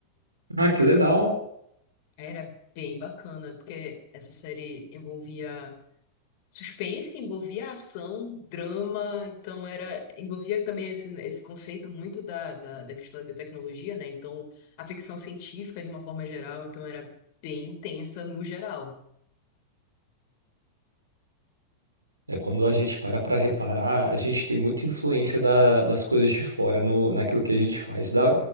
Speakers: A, on the right (about 80°); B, on the left (about 45°).
A: Ah, que legal.
B: Era bem bacana, porque essa série envolvia. Suspense envolvia ação, drama, então era envolvia também esse, esse conceito muito da, da, da questão da biotecnologia, né? Então, a ficção científica de uma forma geral, então era bem intensa no geral.
A: É, quando a gente para para reparar, a gente tem muita influência da- das coisas de fora no, naquilo que a gente faz. Dá,